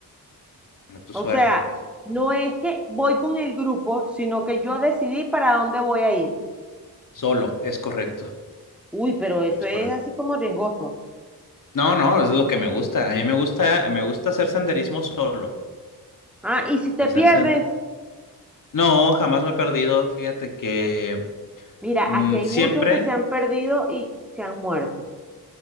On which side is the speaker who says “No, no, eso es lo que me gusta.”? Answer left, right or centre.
Left